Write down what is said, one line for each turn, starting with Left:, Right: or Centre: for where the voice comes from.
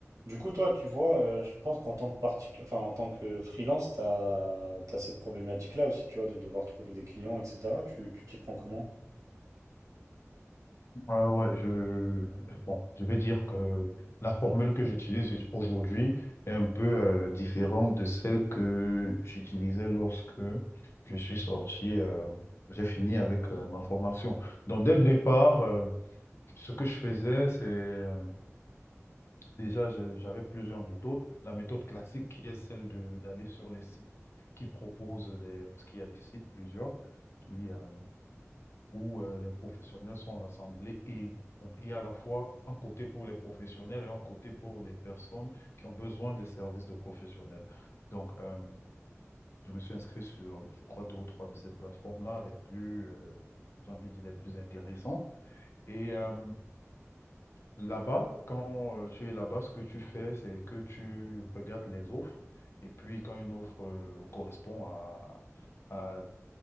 Right: Du coup, toi, tu vois, euh, je pense qu'en tant que particu- enfin, en tant que freelance, tu as, cette problématique-là aussi, tu vois, de devoir trouver des clients, etc. Tu, tu t'y prends comment?
Left: Ouais, ouais, je... Bon, je vais dire que la formule que j'utilise aujourd'hui est un peu euh, différente de celle que j'utilisais lorsque je suis sorti, euh, j'ai fini avec euh, ma formation. Donc, dès le départ, euh, ce que je faisais, c'est euh, déjà, je- j'avais plusieurs méthodes. La méthode classique qui est celle de d'aller sur les sites qui proposent des... Parce qu'il y a des sites, plusieurs, qui... euh, où euh, les professionnels sont rassemblés et donc il y a à la fois un côté pour les professionnels et un côté pour des personnes qui ont besoin des services de professionnels. Donc euh, je me suis inscrit sur, je crois, deux ou trois de ces plateformes-là, les plus, euh, j'ai envie de dire, les plus intéressantes. Et euh, là-bas, quand euh, tu es là-bas, ce que tu fais, c'est que tu regardes les offres. Et puis, quand une offre euh, correspond à, à